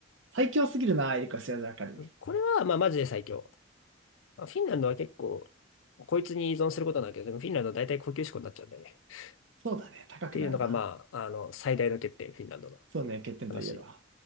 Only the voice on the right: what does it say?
最強すぎるな、エリカ・シアザーカリー。
そうだね、
高くなるな。
そうね、欠点と言えるわ。